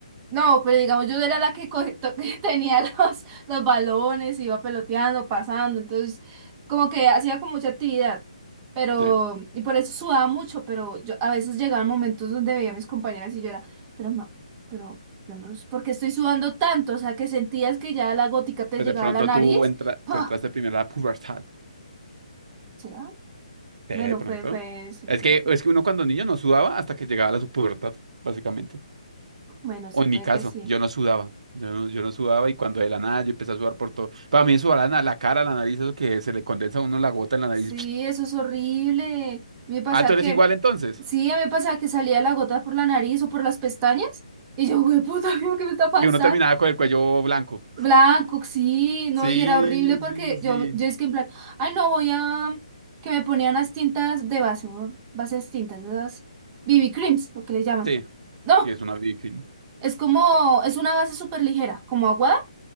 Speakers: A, on the right; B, on the right.
A: No, pero digamos, yo era la que, co- to- <laughs> que tenía los, los balones, iba peloteando, pasando, entonces como que hacía con mucha actividad, pero,
B: Sí.
A: y por eso sudaba mucho, pero yo a veces llegaban momentos donde veía a mis compañeras y yo era, pero no, pero yo no, ¿por qué estoy sudando tanto? O sea, que sentías que ya la gótica te
B: Pues
A: llegaba
B: de pronto
A: a la nariz,
B: tú, entra,
A: ¡pah!
B: tú entraste primero a la pubertad.
A: ¿Será?
B: Sí,
A: Bueno,
B: de pronto.
A: fue, fue, sí,
B: Es
A: sí,
B: que, es que uno cuando niño no sudaba hasta que llegaba a la su pubertad, básicamente.
A: bueno, sí
B: O en
A: puede
B: mi caso,
A: que sí.
B: yo no sudaba. Yo no, yo no sudaba y cuando de la nada yo empecé a sudar por todo. Para mí sudar la, na- la cara, la nariz, eso que se le condensa a uno la gota en la nariz.
A: Sí,
B: <tsk>
A: eso es horrible. Me pasa
B: Ah, tú eres
A: que,
B: igual entonces.
A: sí, a mí me pasa que salía la gota por la nariz o por las pestañas. Y yo, <laughs> güey, puta, ¿qué me está pasando?
B: Que uno terminaba con el cuello blanco.
A: Blanco, sí, no,
B: Sí,
A: y era horrible porque
B: sí, sí.
A: yo, yo es que en plan, ay, no, voy a, que me ponían las tintas de base, ¿no? bases tintas, esas BB creams, lo que le llaman.
B: Sí,
A: No,
B: y es una víctima.
A: es como, es una base súper ligera, como aguada,